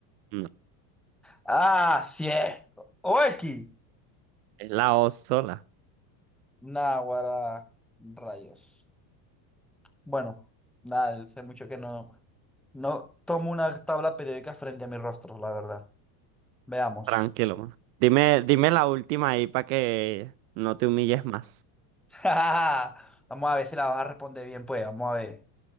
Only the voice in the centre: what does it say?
Ah, sí. O X.
Náguara. Rayos. Bueno, nada, sé mucho que no, no tomo una tabla periódica frente a mi rostro, la verdad. Veamos.
<laughs> Vamos a ver si la vas a responder bien, pues. Vamos a ver.